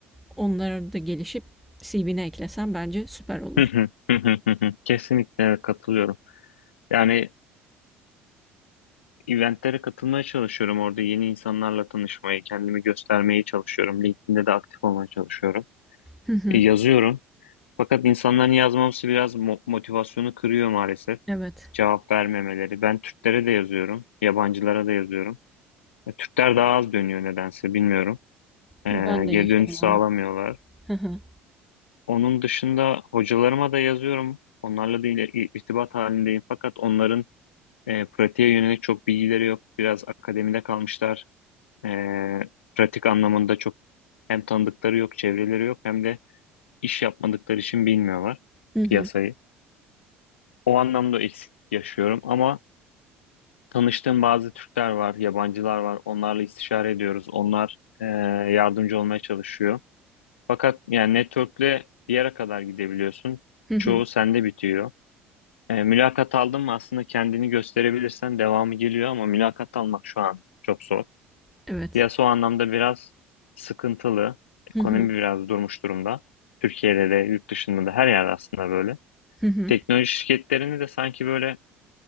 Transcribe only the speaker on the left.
Hı hı. Hı hı. Kesinlikle evet, katılıyorum. Yani eventlere katılmaya çalışıyorum. Orada yeni insanlarla tanışmayı, kendimi göstermeye çalışıyorum. LinkedIn'de de aktif olmaya çalışıyorum.
E, yazıyorum. Fakat insanların yazmaması biraz mo- motivasyonu kırıyor maalesef.
Cevap vermemeleri. Ben Türklere de yazıyorum. Yabancılara da yazıyorum. E, Türkler daha az dönüyor nedense bilmiyorum. E,
geri
dönüş sağlamıyorlar.
Onun dışında hocalarıma da yazıyorum. Onlarla da ile- i- irtibat halindeyim. Fakat onların e, pratiğe yönelik çok bilgileri yok. Biraz akademide kalmışlar. E, pratik anlamında çok hem tanıdıkları yok, çevreleri yok hem de iş yapmadıkları için bilmiyorlar
piyasayı. O anlamda eksiklik yaşıyorum ama tanıştığım bazı Türkler var, yabancılar var. Onlarla istişare ediyoruz. Onlar e, yardımcı olmaya çalışıyor. Fakat yani network'le bir yere kadar gidebiliyorsun.
Çoğu sende bitiyor. E, mülakat aldın mı aslında kendini gösterebilirsen devamı geliyor ama mülakat almak şu an çok zor.
Piyasa o anlamda biraz sıkıntılı.
Ekonomi
biraz durmuş durumda. Türkiye'de de yurt dışında da her yerde aslında böyle.
Teknoloji şirketlerini de sanki böyle